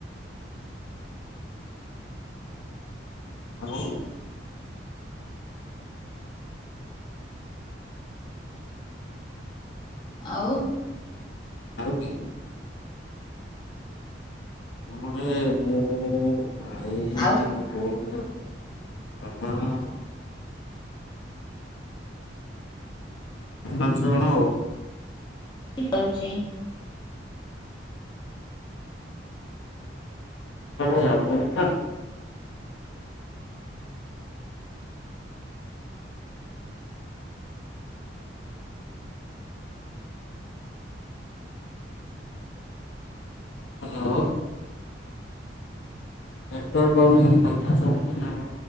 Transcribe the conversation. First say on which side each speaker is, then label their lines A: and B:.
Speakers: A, on the left; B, on the left.
A: ଆଉ
B: ଆଉ
A: ଆଉ କିଏ? ଘରେ <unintelligible> ଭାଇ
B: ଆଉ
A: ଭଉଣୀ ବାପା ମା ଚାରି ପାଞ୍ଚ ଜଣ ଆଉ।
B: ହଉଛି।
A: <unintelligible> ହେଲୋ। ନେଟୱାର୍କ୍ ପାଉନି କି କଥା ଶୁଭୁନି? ନା କଣ